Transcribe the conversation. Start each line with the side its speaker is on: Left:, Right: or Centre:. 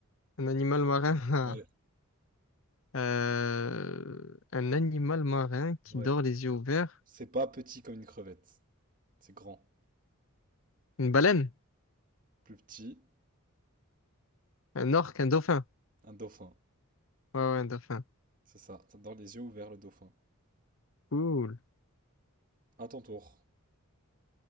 Left: Un animal marin? <laughs>
Right: Ouais,
Left: Euh, un animal marin qui
Right: ouais.
Left: dort les yeux ouverts?
Right: C'est pas petit comme une crevette. C'est grand.
Left: Une baleine?
Right: Plus petit,
Left: Un orque? Un dauphin?
Right: un dauphin.
Left: Ouais, ouais, un dauphin.
Right: C'est ça. T'as Dans les yeux ouverts, le dauphin.
Left: Cool.
Right: À ton tour.